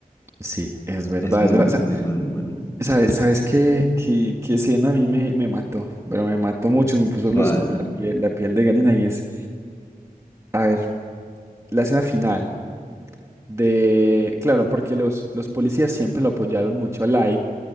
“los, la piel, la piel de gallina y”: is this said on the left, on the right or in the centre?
Right